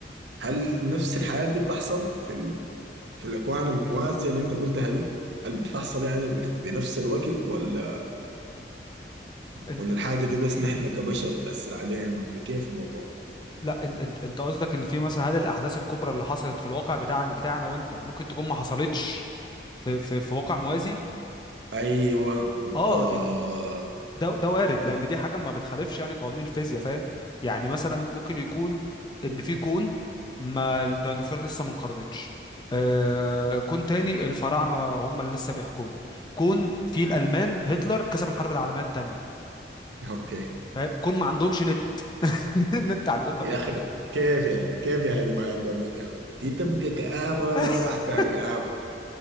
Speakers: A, on the right; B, on the left.
A: هل نفس الحاجات دي بتحصل في ال... في الأكوان الموازية اللي أنت قلتها دي؟ هل بتحصل يعني ب... بنفس الوقت ولا
B: انت
A: ولا الحاجة دي بس نحن كبشر بتأثر علينا ولا كيف الموضوع ده؟
B: لا انت انت انت قصدك ان في مثلا هذه الاحداث الكبرى اللي حصلت في الواقع بتاعنا بتاعنا وانت ممكن تكون ما حصلتش في في في واقع موازي
A: أيوه بالضبط
B: اه ده ده ده وارد لان دي حاجه ما بتخالفش يعني قوانين الفيزياء فاهم يعني مثلا ممكن يكون ان في كون ما الديناصورات لسه ما انقرضتش آه كون تاني الفراعنه هم اللي لسه بيحكموا كون في الالمان هتلر كسب الحرب العالميه الثانيه
A: أوكي
B: فاهم كون ما عندهمش <laughs> النت عندهم ما
A: يا
B: فيش
A: أخي كيف يعني كيف يعني ما عندهم إتيان؟ دي تبقى كآبة
B: <laughs>
A: ما بعدها كآبة